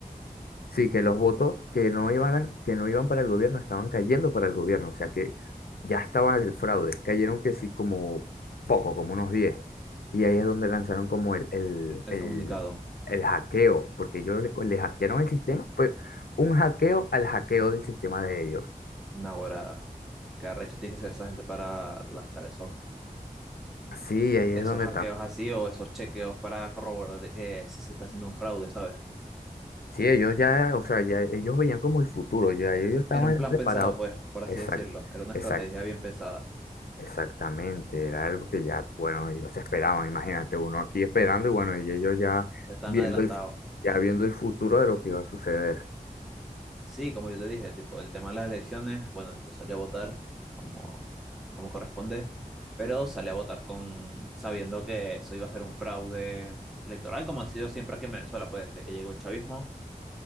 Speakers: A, on the left (about 85°); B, in the centre.
A: Sí, que los votos que no iban, que no iban para el gobierno estaban cayendo para el gobierno, o sea que ya estaba el fraude, cayeron que sí como poco, como unos 10. y ahí es donde lanzaron como el, el,
B: El
A: el,
B: comunicado.
A: el hackeo, porque ellos le, le hackearon el sistema, fue un hackeo al hackeo del sistema de ellos.
B: Ahora, qué arrecho tiene que ser esa gente para lanzar esos,
A: Sí, ahí es
B: esos
A: donde
B: hackeos
A: está.
B: así o esos chequeos para corroborar de que sí se está haciendo un fraude, ¿sabes?
A: Sí, ellos ya, o sea, ya ellos veían como el futuro, ya ellos estaban
B: Era un plan
A: preparados.
B: pensado, pues, por así
A: Exacto,
B: decirlo. Era una estrategia bien pensada.
A: Exactamente, era algo que ya, bueno, ellos esperaban, imagínate, uno aquí esperando y bueno, y ellos ya
B: Ya están
A: viendo
B: adelantados.
A: el, ya viendo el futuro de lo que iba a suceder.
B: Sí, como yo te dije, tipo, el tema de las elecciones, bueno, yo salí a votar como, como corresponde, pero salí a votar con sabiendo que eso iba a ser un fraude electoral, como ha sido siempre aquí en Venezuela, pues desde que llegó el chavismo,